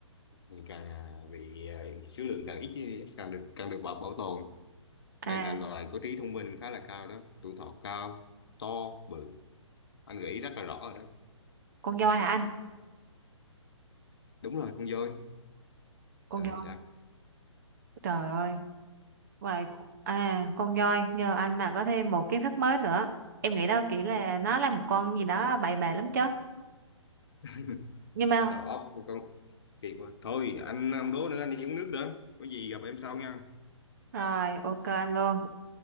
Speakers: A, on the left (about 50°); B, on the right (about 35°).
A: ngày càng à, bị à, số lượng càng ít chứ, càng được càng được bảo bảo tồn đây
B: À,
A: là loài có trí thông minh khá là cao đó tuổi thọ cao to bự anh nghĩ rất là rõ rồi đó
B: con voi
A: ừ.
B: hả anh?
A: đúng rồi con voi
B: Con
A: trời
B: voi
A: đất
B: Trời ơi, vậy cu- à con voi nhờ anh mà có thêm một kiến thức mới nữa. Em nghĩ đâu chỉ là nó là một con gì đó bậy bạ lắm chứ.
A: <laughs>
B: Nhưng
A: đúng
B: mà
A: là đầu óc của con kỳ quá thôi anh không đố nữa anh đi uống nước nữa có gì gặp em sau nha
B: rồi, ok anh luôn.